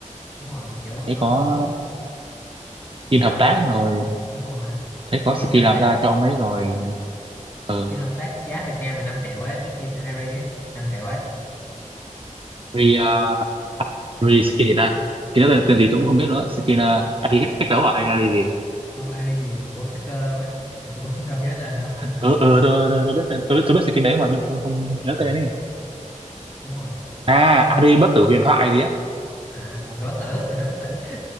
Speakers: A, on the left (about 15°); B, on the right (about 40°).
A: đúng rồi kiểu
B: thế
A: ổng
B: có
A: ổng
B: skin
A: sao
B: hợp tác rồi
A: đúng rồi
B: thấy có
A: Kim
B: skin
A: hợp
B: làm
A: tác
B: ra cho ông ấy rồi ờ
A: Kim hợp tác giá Việt Nam là 5 triệu ấy cái Kim Airy ấy 5 triệu ấy
B: re uh, re skin gì ta skin đó tên, tên gì tôi cũng không biết nữa skin uh, à, gì cách cách đấu à hay là gì
A: không Airy gì của hacker luôn ấy mà tôi cũng <laughs> đâu nhớ tên đâu <laughs>
B: ờ ờ tôi, tôi tôi biết tên- tôi biết tôi biết skin đấy mà nhưng mà tôi không nhớ
A: Ừ,
B: tên ấy
A: đúng rồi
B: à
A: như
B: Ari bất tử huyền thoại gì á
A: à quần thảo bất tử quần thảo bất tử